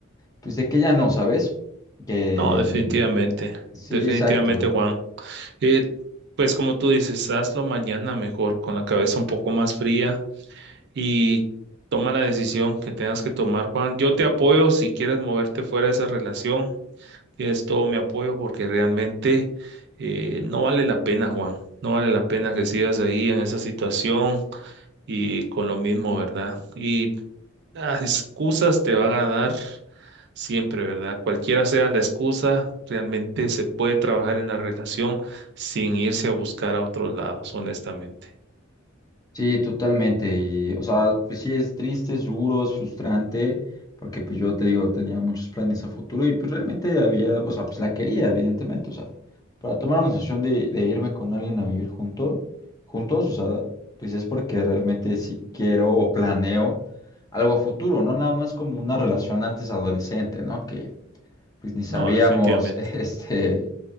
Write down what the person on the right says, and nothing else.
No, definitivamente.
Definitivamente,
Juan. Eh, pues como tú dices, hazlo mañana mejor, con la cabeza un poco más fría y toma la decisión que tengas que tomar, Juan. Yo te apoyo si quieres moverte fuera de esa relación. Tienes todo mi apoyo porque realmente eh, no vale la pena, Juan. No vale la pena que sigas ahí en esa situación y con lo mismo, ¿verdad? Y ah, excusas te van a dar siempre, ¿verdad? Cualquiera sea la excusa, realmente se puede trabajar en la relación sin irse a buscar a otros lados, honestamente.
No, definitivamente.